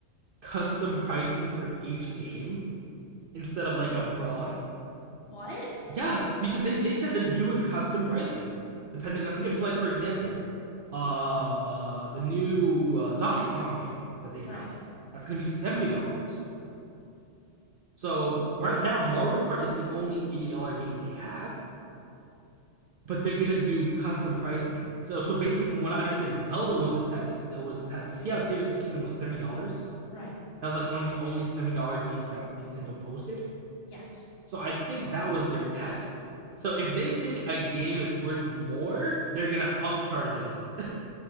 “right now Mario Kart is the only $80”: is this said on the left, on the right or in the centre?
Right